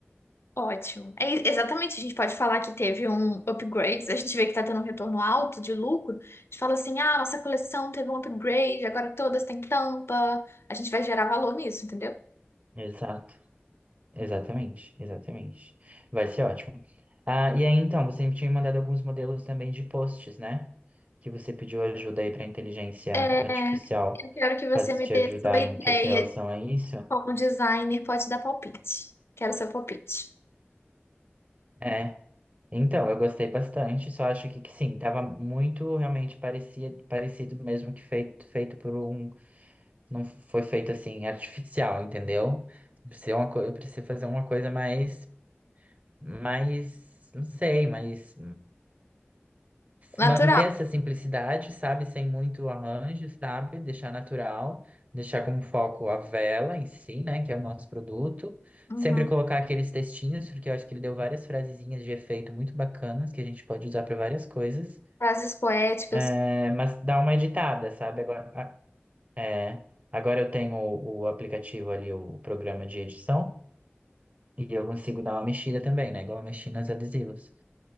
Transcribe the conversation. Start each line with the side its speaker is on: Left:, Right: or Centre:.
Left: Ótimo. É, exatamente, a gente pode falar que teve um upgrade, a gente vê que tá tendo um retorno alto de lucro, a gente fala assim, ah, nossa coleção teve um upgrade, agora todas têm tampa, a gente vai gerar valor nisso, entendeu?
Right: Exato, exatamente, exatamente. Vai ser ótimo. Ah, e aí então, você me tinha mandado alguns modelos também de posts, né? Que você pediu ajuda aí para inteligência
Left: É,
Right: artificial
Left: eu quero que você
Right: fazer
Left: me
Right: te
Left: dê
Right: ajudar
Left: sua ideia
Right: em que se relação
Left: de
Right: a isso.
Left: como designer pode dar palpite. Quero seu palpite.
Right: É. Então, eu gostei bastante, só acho que, que sim, tava muito realmente parecia, parecido mesmo que feito, feito por um. Não foi feito assim, artificial, entendeu? Precisa uma, co- eu preciso fazer uma coisa mais, mais, não sei, mais.
Left: Natural,
Right: manter essa simplicidade, sabe? Sem muito arranjo, sabe? Deixar natural, deixar como foco a vela em si, né? Que é o nosso produto.
Left: Uhum.
Right: Sempre colocar aqueles textinhos, porque eu acho que ele deu várias frasezinhas de efeito muito bacanas que a gente pode usar para várias coisas.
Left: frases poéticas.
Right: É, mas dá uma editada, sabe? Agora, a- é, agora eu tenho o, o aplicativo ali, o programa de edição, e eu consigo dar uma mexida também, né? Igual eu mexi nos adesivos.